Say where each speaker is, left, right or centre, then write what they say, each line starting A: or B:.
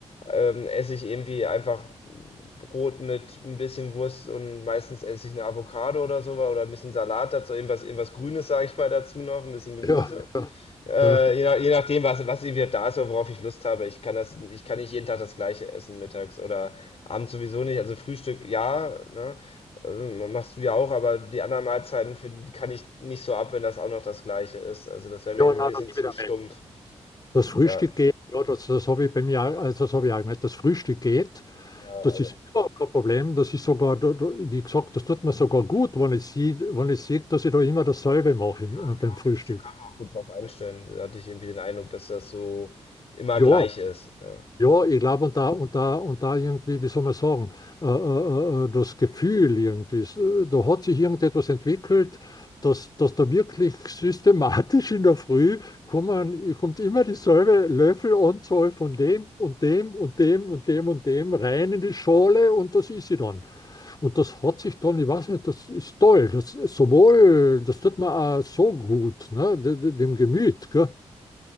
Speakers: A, on the left; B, on the left.
A: ähm, esse ich irgendwie einfach Brot mit ein bisschen Wurst und meistens esse ich eine Avocado oder so oder ein bisschen Salat dazu, irgendwas, irgendwas Grünes, sage ich mal, dazu noch, ein bisschen Gemüse.
B: ja, ja,
A: Äh,
B: ja.
A: je, nach, je nachdem, was, was irgendwie da ist oder worauf ich Lust habe. Ich kann das, ich kann nicht jeden Tag das Gleiche essen mittags oder abends sowieso nicht. Also Frühstück, ja, ne? Ähm, Machst du ja auch, aber die anderen Mahlzeiten find, kann ich nicht so ab, wenn das auch noch das Gleiche ist. Also das wäre mir
B: Ja,
A: irgendwie
B: nein,
A: ein bisschen
B: da gebe
A: zu
B: ich da
A: stumpf.
B: weg. Das Frühstück
A: Ja,
B: geht, ja, das, das habe ich bei mir, auch- also das habe ich auch gemerkt. Das Frühstück geht,
A: ja,
B: Das
A: aber
B: ist überhaupt kein Problem. Das ist sogar, da- da- wie gesagt, das tut mir sogar gut, wenn ich sehe, wenn ich sehe, dass ich da immer dasselbe mache
A: ja,
B: im- äh, beim
A: genau,
B: Frühstück.
A: kann sich der Körper auch gut drauf einstellen. Da hatte ich irgendwie den Eindruck, dass das so immer
B: Ja,
A: gleich ist. Ja.
B: Ja, ich glaube, und da, und da, und da irgendwie, wie soll man sagen, äh, äh, äh, äh, das Gefühl irgendwie, s- äh, da hat sich irgendetwas entwickelt, dass, dass da wirklich systematisch in der Früh kommen, kommt immer dieselbe Löffelanzahl von dem und dem und dem und dem und dem rein in die Schale und das ist sie dann. Und das hat sich dann, ich weiß nicht, das ist toll, das ist sowohl, das tut mir auch so gut, ne, de- de- dem Gemüt, gell?